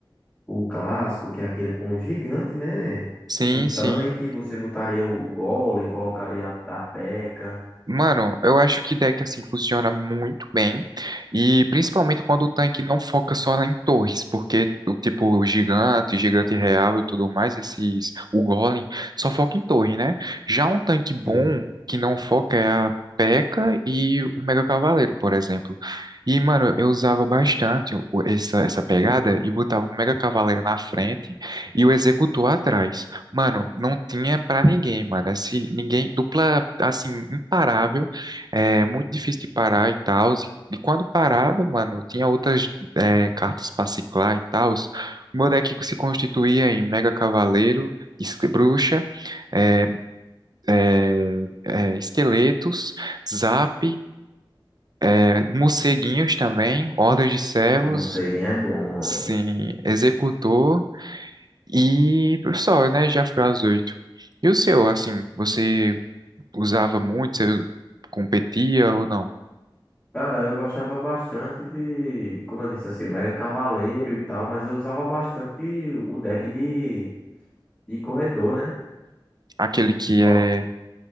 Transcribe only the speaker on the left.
O clássico, que é aquele com o gigante, né?
Um tanque,
você botaria o o Golem, colocaria a, a Pekka.
Sim,
o morceguinho é bom.
Cara, eu gostava bastante de, de, como eu disse assim, o Mega Cavaleiro e tal, mas eu usava bastante o deck de, de corredor, né?
Colo-